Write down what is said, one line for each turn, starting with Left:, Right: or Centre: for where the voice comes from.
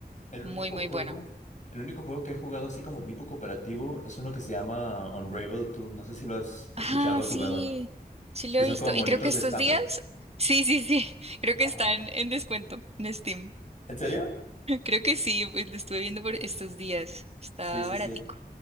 Left: El
Right: Muy,
Left: único
Right: muy
Left: juego,
Right: bueno.
Left: el único juego que he jugado así como tipo cooperativo es uno que se llama Unravel 2. No sé si lo has escuchado
Right: Ah,
Left: o jugado.
Right: sí, sí lo
Left: Que
Right: he
Left: son
Right: visto.
Left: como monitos
Right: Y creo que estos
Left: de estambre.
Right: días, <laughs> sí, sí, sí, <laughs> creo que
Left: Ajá.
Right: están en descuento en Steam.
Left: ¿En serio?
Right: <laughs> Creo que sí, pues lo estuve viendo por estos días. Está
Left: Sí, sí,
Right: baratico.
Left: sí.